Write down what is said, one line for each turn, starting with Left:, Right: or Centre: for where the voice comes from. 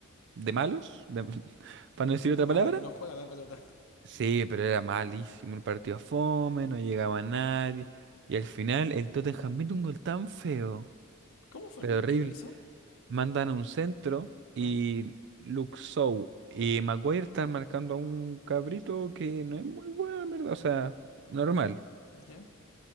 Right: de malos, de- <laughs> para
Left: De
Right: no
Left: gente
Right: decir otra
Left: mala
Right: palabra.
Left: que no juega la pelota.
Right: Sí, pero era malísimo el partido fome, no llegaba nadie. Y al final el Tottenham mete un gol tan feo,
Left: <laughs> ¿Cómo fue
Right: pero
Left: el gol?
Right: horrible.
Left: ¿Quién lo hizo?
Right: mandan a un centro y
Left: ¿Eh?
Right: Luke Shaw y Maguire están marcando a un cabrito que no es muy bueno, en verdad, o sea, normal.
Left: ¿Ya?